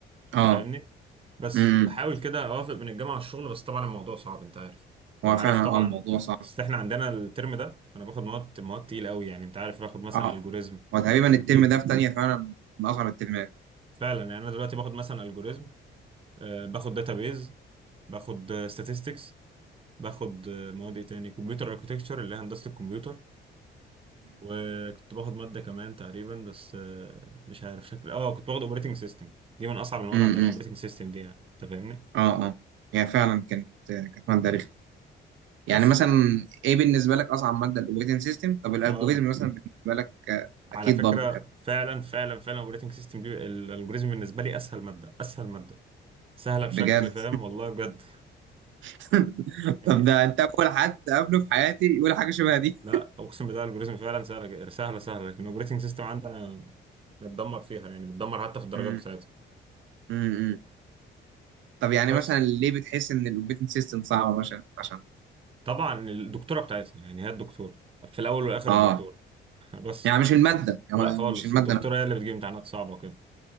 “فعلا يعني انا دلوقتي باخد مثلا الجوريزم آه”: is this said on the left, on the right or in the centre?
Right